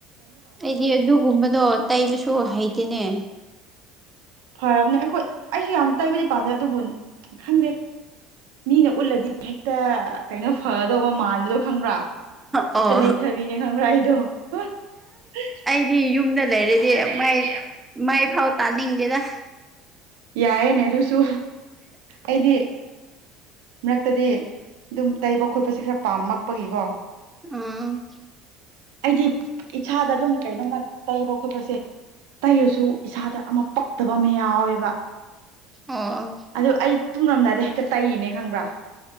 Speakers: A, on the right; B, on the right.
A: ꯑꯩꯗꯤ ꯑꯗꯨꯒꯨꯝꯕꯗꯣ ꯇꯩꯕꯁꯨ ꯍꯩꯇꯦꯅꯦ
B: ꯐꯕꯅꯦ ꯑꯈꯣꯏ ꯑꯩꯁꯨ ꯌꯥꯝ ꯇꯩꯕꯗꯤ ꯄꯥꯝꯗꯦ ꯑꯗꯨꯕꯨ ꯈꯪꯗꯦ ꯃꯤꯅ ꯎꯠꯂꯗꯤ ꯍꯦꯛꯇ ꯀꯩꯅꯣ ꯐꯒꯗꯧꯕ ꯃꯥꯟꯕꯗꯣ ꯈꯪꯕ꯭ꯔꯥ
A: ꯑꯣ
B: ꯍꯦꯛꯇ ꯂꯩꯊꯕꯤꯅꯦ ꯈꯪ꯭ꯔꯥꯏꯗꯣ ꯑꯩꯗꯣ
A: ꯁꯤ ꯌꯨꯝꯗ ꯂꯩꯔꯗꯤ
B: ꯌꯨꯝꯗ ꯂꯩꯔꯗꯤ
A: ꯃꯥꯏ ꯃꯥꯏ ꯐꯥꯎ ꯇꯥꯅꯤꯡꯗꯦꯗ
B: ꯌꯥꯌꯦꯅꯦ ꯑꯗꯨꯁꯨ ꯑꯩꯗꯤ ꯉꯛꯇꯗꯤ ꯑꯗꯨꯝ ꯇꯩꯕ ꯈꯣꯠꯄꯁꯦ ꯈꯔ ꯄꯥꯝꯃꯛꯄꯒꯤꯀꯣ
A: ꯑꯝ
B: ꯑꯩꯗꯤ ꯏꯁꯥꯗ ꯑꯗꯨꯝ ꯀꯩꯅꯣꯝꯃ ꯇꯩꯕ ꯈꯣꯠꯄꯁꯦ ꯇꯩꯔꯁꯨ ꯏꯁꯥꯗ ꯑꯃ ꯄꯛꯇꯕ ꯑꯃ ꯌꯥꯎꯌꯦꯕ
A: ꯑꯣ
B: ꯑꯗꯨ ꯑꯩ ꯇꯨꯡꯔꯝꯗꯥꯏꯗ ꯍꯦꯛꯇ ꯇꯛꯏꯅꯦ ꯈꯪꯕ꯭ꯔꯥ